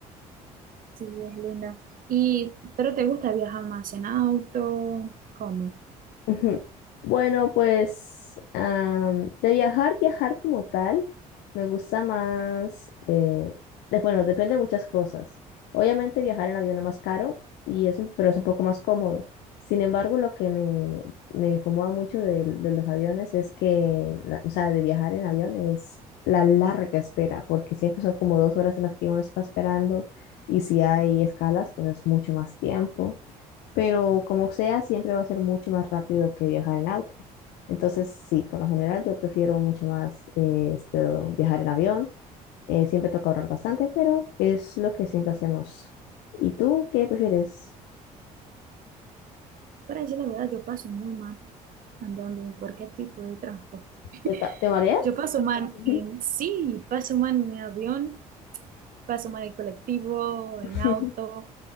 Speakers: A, on the right; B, on the left.
A: sí, es lindo. Y, ¿pero te gusta viajar más en auto? ¿Cómo?
B: Ujú. Bueno, pues am, de viajar, viajar como tal, me gusta más, eh, de- bueno, depende de muchas cosas. Obviamente viajar en avión es más caro, y es un- pero es un poco más cómodo. Sin embargo, lo que me, me incomoda mucho de, de los aviones es que, la- o sea, de viajar en avión es la larga espera, porque siempre son como dos horas en las que uno está esperando, y si hay escalas, pues es mucho más tiempo pero como sea, siempre va a ser mucho más rápido que viajar en auto. Entonces, sí, por lo general yo prefiero mucho más eh, esto, viajar en avión. Eh, siempre toca ahorrar bastante, pero es lo que siempre hacemos. ¿Y tú qué prefieres?
A: Para decir la verdad, yo paso muy mal andando en cualquier tipo de transporte.
B: ¿Te, ta- te mareas?
A: Yo paso mal
B: Ujú.
A: en, sí, paso mal en mi avión, paso mal en colectivo, en
B: <laughs>
A: auto.